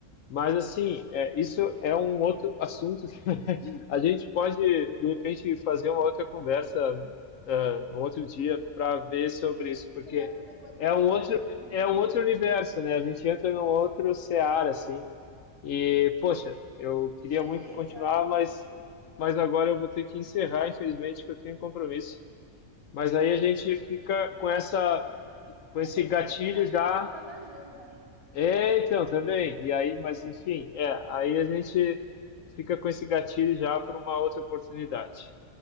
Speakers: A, on the left; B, on the right.
A: Mas, assim, é, isso é um outro assunto que <laughs> a gente pode, de repente, fazer uma outra conversa, ah, um outro dia para ver sobre isso, porque
B: Conversa depois,
A: é
B: mais
A: um
B: tarde,
A: outro,
B: sobre
A: é um outro
B: isso.
A: universo, né? A gente entra num outro seara, assim, e, poxa, eu queria
B: É,
A: muito continuar,
B: exatamente.
A: mas, mas agora eu vou ter que encerrar, infelizmente, que eu tenho um compromisso. Mas aí a gente fica com essa,
B: Até,
A: com esse
B: até porque
A: gatilho
B: já passou
A: já.
B: a hora da janta.
A: É, então, também. E aí, mas enfim, é, aí a gente fica com esse gatilho já para uma outra oportunidade.